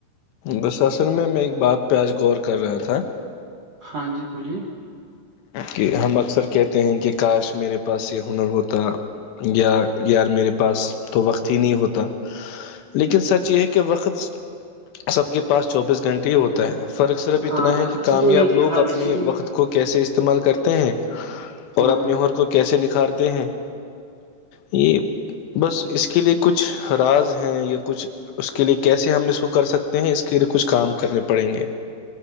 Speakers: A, on the left; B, on the right.
A: در اصل میں میں ایک بات پہ آج غور کر رہا تھا
B: ہاں جی بولیے
A: کہ ہم اکثر کہتے ہیں کہ کاش میرے پاس یہ ہنر ہوتا یا یار میرے پاس تو وقت ہی نہیں ہوتا لیکن سچ یہ ہے کہ وقت سب کے پاس چوبیس گھنٹے ہی ہوتا ہے فرق صرف اتنا
B: ہاں
A: ہے
B: ہر
A: کہ
B: کسی
A: کامیاب
B: تو ایک
A: لوگ
B: ہر
A: اپنے
B: کی
A: وقت کو کیسے استعمال کرتے ہیں
B: ہاں
A: اور اپنی اورر کو کیسے نکل سکھارتے ہیں یہ بس اس کے لیے کچھ راز ہیں یا کچھ اس کے لیے کیسے ہم اس کو کر سکتے ہیں اس کے لیے کچھ کام کرنے پڑیں گے